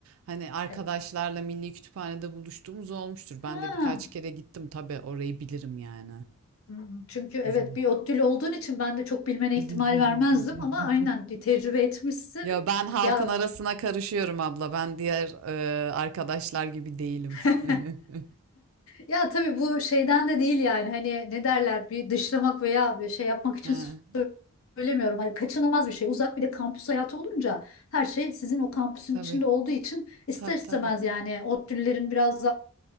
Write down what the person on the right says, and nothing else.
Hani arkadaşlarla
milli kütüphanede buluştuğumuz olmuştur. Ben
de birkaç kere gittim tabii orayı bilirim yani.
Güzel.
<laughs>
Ya ben halkın
arasına karışıyorum abla. Ben diğer e, arkadaşlar gibi değilim.
<laughs>
He,
tabii,
tabii,
tabii,